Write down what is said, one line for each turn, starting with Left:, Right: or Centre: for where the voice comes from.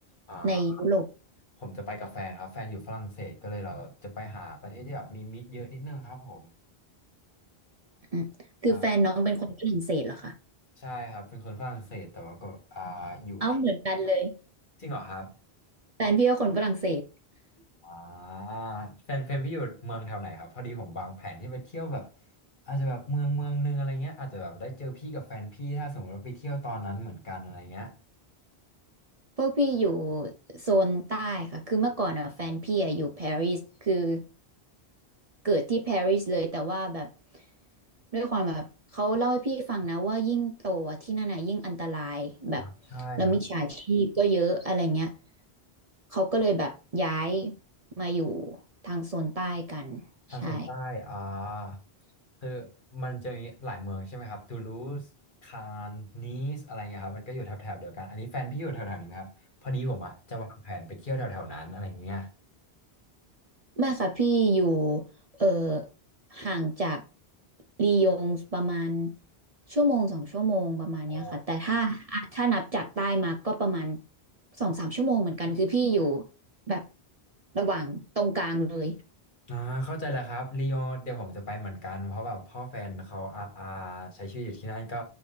Left: อ่า
Right: ในยุโรป
Left: ผมจะไปกับแฟนครับแฟนอยู่ฝรั่งเศสก็เลยเราจะไปหาประเทศที่แบบมีมิตรเยอะนิดนึงครับผม
Right: อืมคือแฟนน้องเป็นคนฝรั่งเศสเหรอคะ
Left: ใช่ใช่ครับเป็นคนฝรั่งเศสแต่ว่าก็อ่าอยู่ไทย
Right: เอาเหมือนกันเลย
Left: จริงเหรอครับ
Right: แฟนพี่ก็คนฝรั่งเศส
Left: อ่าแฟนเพนพี่อยู่เมืองแถวไหนครับพอดีผมวางแผนที่ไปเที่ยวแบบอาจจะแบบเมืองเมืองนึงอะไรเงี้ยอาจจะแบบได้เจอพี่กับแฟนพี่ถ้าสมมติว่าไปเที่ยวตอนนั้นเหมือนกันอะไรเงี้ย
Right: พวกพี่อยู่โซนใต้ค่ะคือเมื่อก่อนอ่ะแฟนพี่อะอยู่ปารีสคือ เกิดที่ปารีสเลยแต่ว่าแบบด้วยความแบบเขาเล่าให้พี่ฟังนะว่ายิ่งโตอะที่นั่นน่ะยิ่งอันตรายแบบ
Left: อ่าใช่ครับ
Right: แล้วมิจฉาชีพก็เยอะอะไรเงี้ยเขาก็เลยแบบย้ายมาอยู่ทางโซนใต้กันใช่
Left: ทางโซนใต้อ่าคือมันจะมีหลายเมืองใช่ไหมครับตูลูสคานนีสอะไรเงี้ยครับมันก็อยู่แถบๆเดียวกันอันนี้แฟนพี่อยู่แถวๆนี้ไหมครับพอดีผมอ่ะจะวางแผนไปเที่ยวแถวๆนั้นอะไรเงี้ย
Right: ไม่ค่ะพี่อยู่เอ่อห่างจากลียงประมาณชั่วโมงสองชั่วโมงประมาณเนี้ยค่ะแต่ถ้าอ่ะถ้านับจากใต้มาก็ประมาณ
Left: อ๋อ
Right: สองสามชั่วโมงเหมือนกันคือพี่อยู่แบบระหว่างตรงกลางเลย
Left: อ่าเข้าใจแหล้วครับลียงเดี๋ยวผมจะไปเหมือนกันเพราะแบบพ่อแฟนเขาอาอาใช้ชีวิตอยู่ที่นั่นก็